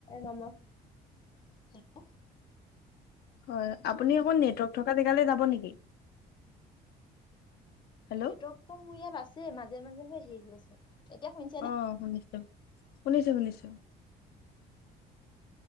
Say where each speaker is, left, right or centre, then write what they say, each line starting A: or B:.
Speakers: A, on the left (about 25°); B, on the left (about 70°).
A: নমক হেল্ল'
B: হয় আপুনি অকন নেটৱৰ্ক থকা জেগালে যাব নেকি? হেল্ল'
A: নেটৱৰ্কটো মোৰ ইয়াত আছে মাজে মাজেহে সেই হৈছে। এতিয়া শুনিছেনে
B: অ শুনিছোঁ শুনিছোঁ শুনিছোঁ।
A: অ